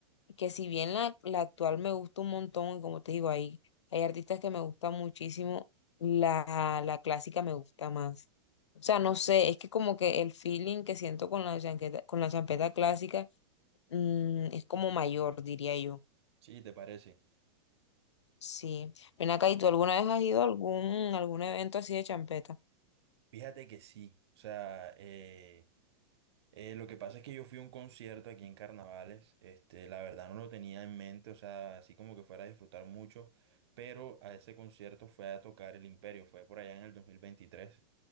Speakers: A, on the left (about 75°); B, on the right (about 65°).
A: que si bien la, la actual me gusta un montón, y como te digo, hay, hay artistas que me gustan muchísimo, la, la clásica me gusta más. O sea, no sé, es que como que el feeling que siento con la champeta, con la champeta clásica Mm, es como mayor, diría yo.
B: Sí, ¿te parece?
A: Sí. Ven acá, ¿y tú alguna vez has ido a algún, algún evento así de champeta?
B: Fíjate que sí, o sea, eh, Eh, lo que pasa es que yo fui a un concierto aquí en Carnavales, este, la verdad no lo tenía en mente, o sea, así como que fuera a disfrutar mucho, pero a ese concierto fue a tocar el Imperio, fue por allá en el 2023.